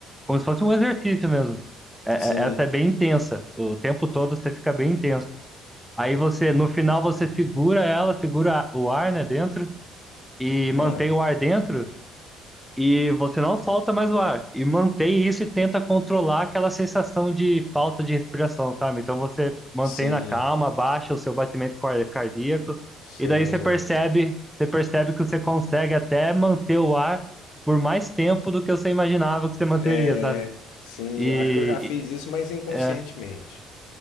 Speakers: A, in the centre; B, on the left.
A: como se fosse um exercício mesmo. É-
B: sim,
A: é- essa é bem intensa, o tempo todo você fica bem intenso. Aí você, no final você segura ela, segura o ar, né, dentro, e mantém
B: ah,
A: o ar dentro, e você não solta mais o ar. E mantém isso e tenta controlar aquela sensação de falta de respiração, sabe? Então você mantém
B: sim,
A: na calma, baixa o seu batimento car- cardíaco,
B: sei
A: e daí
B: mais
A: você percebe,
B: ou menos.
A: você percebe que você consegue até manter o ar por mais tempo do que você imaginava que você manteria,
B: É,
A: sabe?
B: Sim,
A: E,
B: eu acho que eu já fiz isso, mas inconscientemente.
A: e- é,